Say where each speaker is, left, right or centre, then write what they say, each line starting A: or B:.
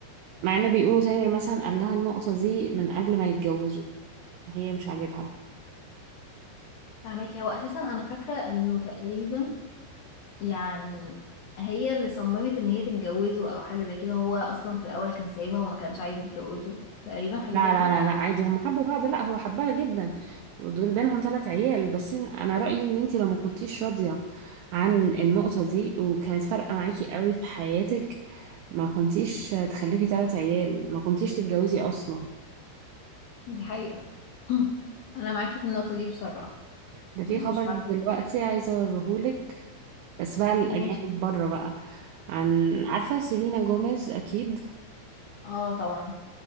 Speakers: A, on the right; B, on the left.
A: مع انه بيقولوا سامر مثلا قال لها النقطة دي من قبل ما يتجوزوا وهي مش عاجبها
B: فاهمك هو اساسا انا فاكره انه تقريبا يعني هي اللي صممت ان هي تتجوزه او حاجة زي كده هو اصلا في الاول كان سايبها وما كانش عايز يتجوزه تقريبا حاجة
A: لا
B: زي كده
A: لا لا لا عادي هم حبوا بعض لا هو حبها جدا ودول بينهم ثلاث عيال بس إن- انا رأيي ان انتي لو ما كنتيش راضية عن النقطة دي وكانت فارقة معاكي قوي في حياتك ما كنتيش تخلفي ثلاث عيال ما كنتيش تتجوزي اصلا
B: دي حقيقة <clears throat> انا معاكي في النقطة دي بصراحة
A: ده في
B: مش
A: خبر
B: عارفة
A: دلوقتي عايزة أوريهولك بس بقى الأجانب
B: ماشي
A: بره بقى عن عارفة سيلينا جوميز أكيد
B: اه طبعا